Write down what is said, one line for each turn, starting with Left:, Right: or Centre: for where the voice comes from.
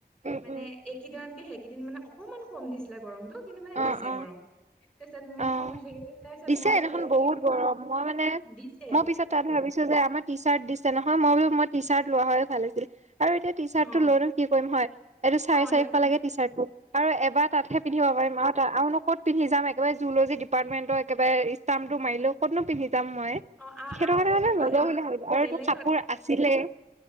Right: উম,
Centre: মানে
Right: উম,
Centre: এইকেইদিনতকে সেইকেইদিন মানে অকমান কম দিছিলে গৰমতটো কিন্তু মানে
Right: অ',
Centre: দিছে
Right: অ',
Centre: গৰম। তাৰপিছত মোৰ
Right: অ
Centre: খং উঠি থাকিলে তাৰপিছত
Right: দিছে
Centre: মই
Right: সেইদিনাখন
Centre: পাই পেলাই
Right: বহুত
Centre: কে
Right: গৰম মই মানে
Centre: দিছে
Right: মই পিছত তাত ভাবিছো। যে আমাৰ টি চাৰ্ট দিছে নহয় মই বোলো টি চাৰ্ট লোৱা হ'লে ভাল আছিলে। আৰু এতিয়া টি চাৰ্ট
Centre: অ
Right: টো লৈ লো কি কৰিম হয় এইটো চাৰি
Centre: অ
Right: চাৰিশ
Centre: সেইটোতো
Right: লাগে টি চাৰ্ট টো আৰু এবাৰ তাতহে পিন্ধিব পাৰিম। আৰু নো কত পিন্ধি যাম একেবাৰে জুলজি ডিপাৰ্টমেটৰ একবাৰে ইষ্টামটো মাৰিলৈ কতনো পিন্ধিম। যাম মই
Centre: অ আৰু
Right: সেইটো
Centre: আৰু
Right: কাৰণে
Centre: ক'তোতো
Right: মানে নল‌ও
Centre: সেইটো
Right: বুলি ভাবিলো আৰু
Centre: বেলেগত
Right: তোৰ কাপোৰ আছিলে।